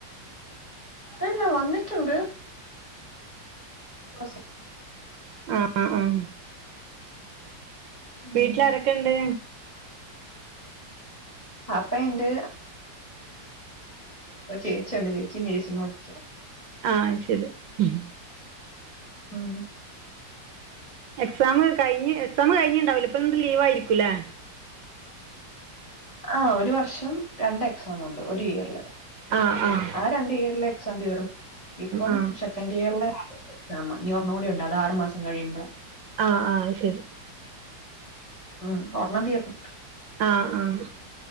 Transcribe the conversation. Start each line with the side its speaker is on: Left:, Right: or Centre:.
Left: അല്ലല്ല വന്നിട്ടുണ്ട് സ
Right: ആഹ ആഹ അഹ
Left: ഉം
Right: വീട്ടിലാരൊക്കെയുണ്ട്
Left: അപ്പ ഉണ്ട് ഒരു ചേച്ചിയുണ്ട് ചേച്ചി നേസിങ് പടിക്ക.
Right: ആഹ് ശരി ആഹ്.
Left: ആഹ്
Right: എക്സാം കഴിഞ് എക്സാം കഴിഞ്ഞട്ടുണ്ടാവില്ലോ ഇപ്പൊന്നിട്ട് ലീവ് ആയിരിക്കൂല്ലേ.
Left: ആ ഒരു വർഷം രണ്ട് എക്സാംണ്ട് ഒരു ഇയറില്.
Right: ആഹ് ആഹ്
Left: രണ്ട് ഇയറിലെ എക്സാം തീർന്നു ഇപ്പം
Right: ആഹ്
Left: സെക്കൻ് ഇയറിലെ ആദ്യത്തെ എക്സമാ ഇഞ് ഒരെണ്ണണം കൂടി ഉണ്ട് അത് ആറു മാസംഴിയുമ്പഴാ.
Right: ആഹ് ആഹ് ശരി.
Left: ആഹ് ഒരെണ്ണഠ തീർന്ന്.
Right: ആഹ് ആഹ്